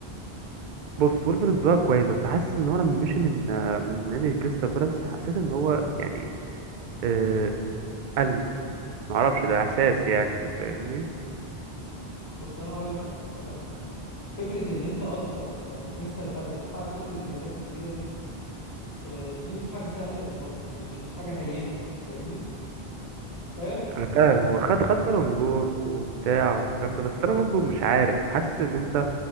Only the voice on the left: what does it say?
بص أنا هقول لك على حاجة هقول لك على حاجة فكرة إن أنت أصلا تبقى في كريستال بالاس وتحقق كل الإنجازات الكبيرة دي آه دي مش حاجة سهلة إطلاقا يعني مش مش حاجة هينة فاهمني؟ فبص